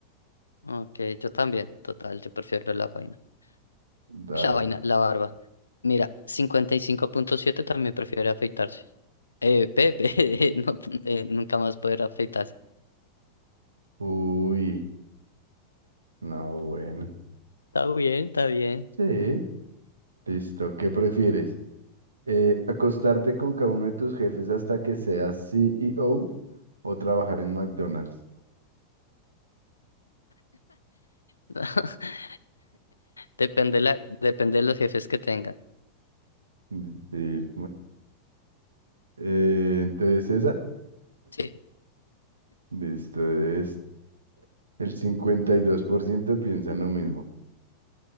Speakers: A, on the left (about 75°); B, on the right (about 75°).
A: Ok, yo también, total, yo prefiero la vaina. <laughs>
B: Dale.
A: La vaina, la barba. Mira, cincuenta y cinco punto siete también prefiere afeitarse. Eh, bebé, <laughs> no, eh, nunca más poder afeitarse.
B: Uy, no, bueno.
A: Está bien, está bien.
B: Sí, listo. ¿Qué prefieres? Eh, ¿acostarte con cada uno de tus jefes hasta que seas CEO o o trabajar en McDonald's?
A: <laughs> Depende la, depende de los jefes que tenga.
B: Mm, Sí, Eh, entonces esa,
A: Sí,
B: listo, es el 52% piensan lo mismo.